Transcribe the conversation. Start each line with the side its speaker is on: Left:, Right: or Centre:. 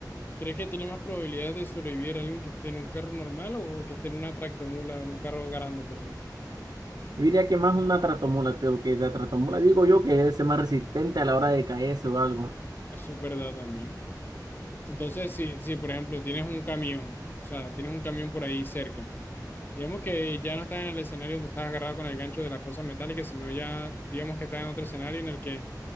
Left: ¿Crees que tiene más probabilidades de sobrevivir alguien que esté en un carro normal o que esté en una tractomula o en un carro grande, por ejemplo?
Right: Yo diría que más una tratomola, te- que la tratomola digo yo que debe ser más resistente a la hora de caerse o algo.
Left: Eso es verdad también. Entonces, si, si por ejemplo tienes un camión, o sea, tienes un camión por ahí cerca, digamos que ya no estás en el escenario donde estás agarrado con el gancho de la cosa metálica, sino ya, digamos que estás en otro escenario en el que